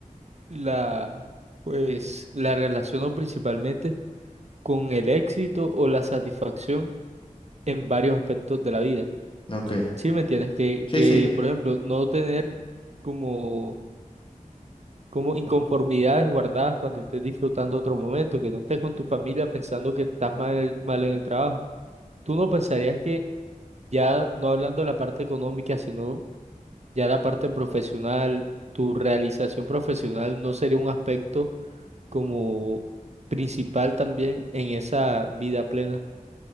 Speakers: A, on the right; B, on the left.
A: La, pues, la relaciono principalmente con el éxito o la satisfacción en varios aspectos de la vida.
B: Ok.
A: ¿Sí me entiendes? Que,
B: Sí,
A: que,
B: sí.
A: por ejemplo, no tener como, como inconformidades guardadas cuando estés disfrutando otro momento, que no estés con tu familia pensando que estás mal, mal en el trabajo. ¿Tú no pensarías que ya, no hablando de la parte económica, sino ya la parte profesional, tu realización profesional no sería un aspecto? como principal también en esa vida plena,